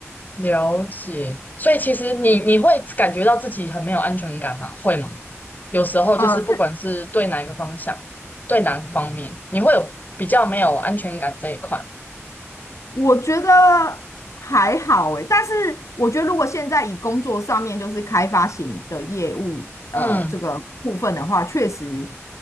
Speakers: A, on the left; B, on the left.
A: 了解。所以其实你你会感觉到自己很没有安全感吗？会吗？有时候就是不管是对哪一个方向，
B: 呃，是
A: 对哪个方面，你会有比较没有安全感这一块。
B: 我觉得还好诶，但是我觉得如果现在以工作上面就是开发型的业务，呃，
A: 嗯
B: 这个部分的话，确实